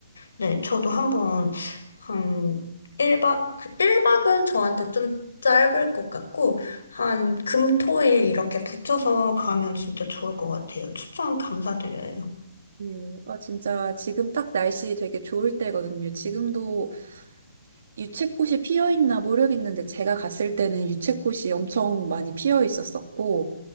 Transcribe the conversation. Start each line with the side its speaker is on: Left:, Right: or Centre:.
Left: 네, 저도 한번 한 1박, 일박은 저한테 좀 짧을 것 같고 한 금, 토, 일 이렇게 붙여서 가면 진짜 좋을 것 같아요. 추천 감사드려요.
Right: 네, 아, 진짜 지금 딱 날씨 되게 좋을 때거든요. 지금도 유채꽃이 피어 있나 모르겠는데 제가 갔을 때는 유채꽃이 엄청 많이 피어 있었었고